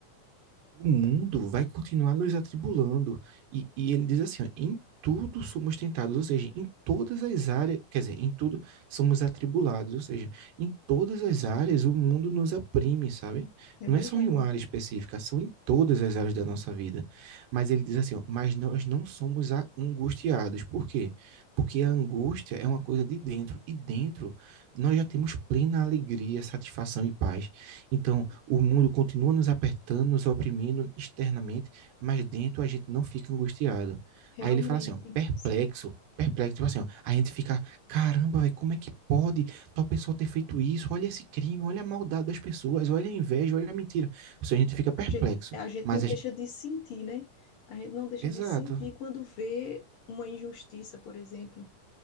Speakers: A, on the right; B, on the left.
A: o mundo vai continuar nos atribulando. E, e ele diz assim: ó, em tudo somos tentados, ou seja, em todas as áreas, quer dizer, em tudo somos atribulados, ou seja, em todas as áreas o mundo nos oprime, sabe?
B: é
A: Não
B: verdade.
A: é só em uma área específica, são em todas as áreas da nossa vida. Mas ele diz assim, ó, mas nós não somos a- angustiados. Por quê? Porque a angústia é uma coisa de dentro, e dentro nós já temos plena alegria, satisfação e paz. Então, o mundo continua nos apertando, nos oprimindo externamente, mas dentro a gente não fica angustiado.
B: Realmente,
A: Aí ele fala assim, ó, perplexo,
B: sim.
A: perplexo, tipo assim, ó, a gente fica, caramba, velho, como é que pode tal pessoa ter feito isso? Olha esse crime, olha a maldade das pessoas, olha a inveja, olha a mentira. Ou seja, a gente fica perplexo,
B: A gente, a gente
A: mas
B: não deixa
A: a gente...
B: de sentir, né? A gente não deixa
A: Exato.
B: de sentir quando vê uma injustiça, por exemplo.